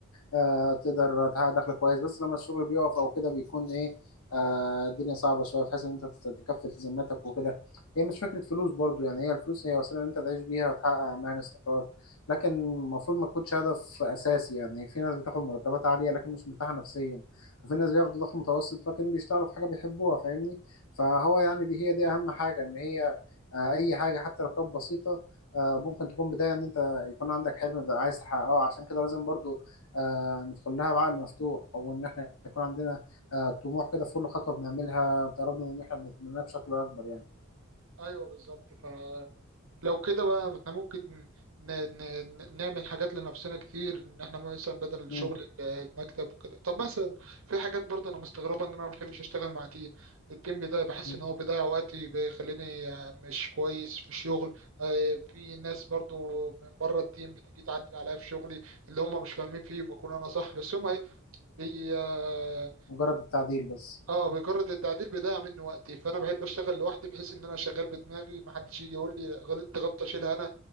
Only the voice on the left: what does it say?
آه تقدر تحقق دخل كويس بس لما الشغل بيقف او كده بيكون ايه آه الدنيا صعبه شويه بحيث ان انت تت- تكفي التزاماتك وكده هي مش فكره فلوس برضو يعني هي الفلوس هي وسيله ان انت تعيش بيها وتحقق اماكن استقرار لكن المفروض ما تكونش هدف اساسي يعني في ناس بتاخد مرتبات عاليه لكن مش مرتاحه نفسيا وفي ناس بياخدوا دخل متوسط لكن بيشتغلوا في حاجه بيحبوها فاهمني فهو يعني دي هي دي اهم حاجه ان هي آه، اي حاجه حتى لو كانت بسيطه آه، ممكن تكون بدايه ان انت يكون عندك حلم بقى عايز تحققه عشان كده لازم برضو آه، ندخل لها بعقل مفتوح وان احنا يكون عندنا آه، طموح كده في كل خطوه بنعملها بتقربنا من ان احنا بنتمناها بشكل اكبر يعني
مم.
مم.
مجرد التعديل بس